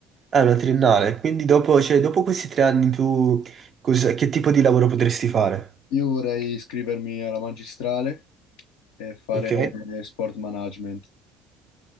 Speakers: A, on the right; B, on the left.
A: Ah, è una triennale, quindi dopo, cioè, dopo questi tre anni tu cosa- che tipo di lavoro potresti fare?
B: Io vorrei iscrivermi alla magistrale e fare
A: Ok?
B: eh, sport management.